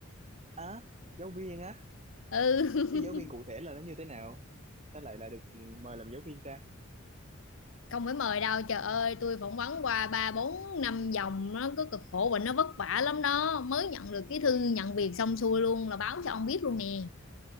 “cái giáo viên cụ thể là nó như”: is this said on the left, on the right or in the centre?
Right